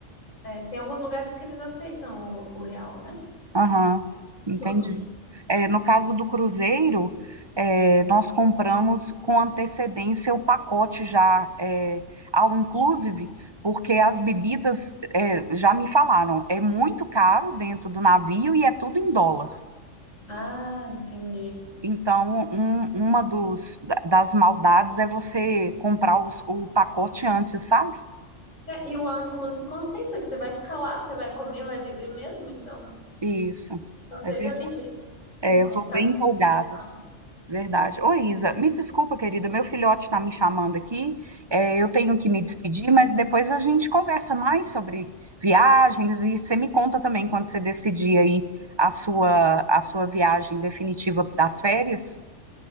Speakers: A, on the left; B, on the right.
A: É, tem alguns lugares que eles aceitam o o real, né?
B: Aham,
A: em
B: entendi.
A: todos.
B: É, no caso do cruzeiro, é, nós compramos com antecedência o pacote já é, ao inclusive, porque as bebidas é, já me falaram, é muito caro dentro do navio e é tudo em dólar.
A: Ah, entendi.
B: Então, um- uma dos, da- das maldades é você comprar os- o pacote antes, sabe?
A: É, e o all inclusive compensa que você vai ficar lá, você vai comer, vai beber mesmo, então
B: Isso. É
A: seja
B: verdade.
A: livre, né?
B: É,
A: Não
B: eu estou
A: ficar
B: bem
A: só
B: empolgada.
A: pensando.
B: Verdade. Ô, Isa, me desculpa, querida, meu filhote está me chamando aqui. É, eu tenho que me despedir, mas depois a gente conversa mais sobre viagens e você me conta também quando você decidir aí a sua, a sua viagem definitiva das férias.